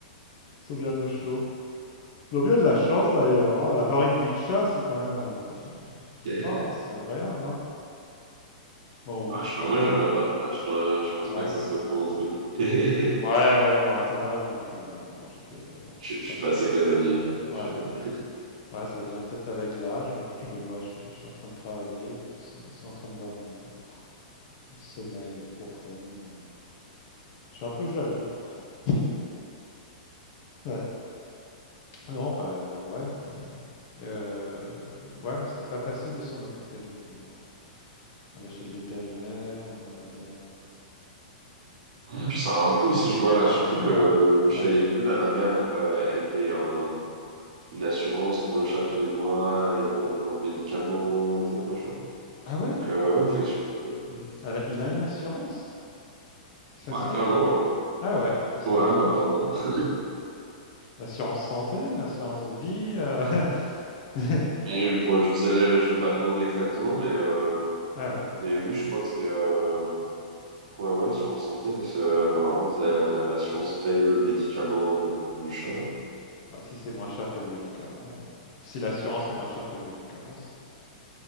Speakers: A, on the left; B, on the right.
A: Ils sont bien au chaud. Ils ont bien de la chance d'ailleurs, hein. Avoir une vie de chat, c'est quand même, euh, je
B: <laughs>
A: sais pas, c'est agréable, hein. Bon, moi
B: Ouais,
A: je
B: je
A: travaille.
B: sais pas, moi, j'aimerais pas. Ah, Je, euh, je pense
A: Ouais.
B: pas que ça serait trop mon truc. <laughs>
A: Ouais, ouais, bah à ton âge non plus, ouais. Non, j'étais euh, non,
B: Je,
A: pas
B: je
A: comme
B: suis pas
A: ça.
B: assez casanier. hein.
A: Ouais.
B: Je-
A: Ouais, ça vient peut-être avec l'âge, mais quand je les vois, je suis, je suis en train de travailler, puis ils sont, ils sont en train de dormir. Sommeil euh, profond. euh. Je suis un peu jaloux parfois. Ouais. Non, bah ouais. Euh, ouais, mais c'est pas facile de s'en occuper non plus. hein. Aller chez le vétérinaire, euh, aller. euh,
B: Puis ça a un coût aussi, je vois
A: C'est
B: là, surtout
A: un coup,
B: que le,
A: hein.
B: le chat
A: Ouais.
B: il est vieux. Là, ma mère, elle, pa- elle paye un- une assurance pour le chat tous les mois. Elle doit prendre un médicament et tout, machin.
A: Ah ouais?
B: Donc, euh, ouais, effectivement.
A: Hmm. Elle a- il a une assurance? Ça
B: Ouais,
A: se fait,
B: carrément,
A: ça?
B: ouais.
A: Ah ouais, je savais
B: Ouais,
A: même
B: bah,
A: pas
B: pardon.
A: qu'on pouvait.
B: <laughs>
A: Une assurance santé, une assurance vie. euh, <laughs>
B: Mais, bon, je sais, je vais pas demander exactement, mais. euh,
A: Ouais, ouais.
B: Et oui, je crois que c'est euh, ouais, ouais, assurance santé, parce que euh, apparemment, ça- l'assurance paye le médicament de- du chat.
A: Bah, si c'est moins cher que le médicament, euh, si l'assurance est moins chère que le médicament, c'est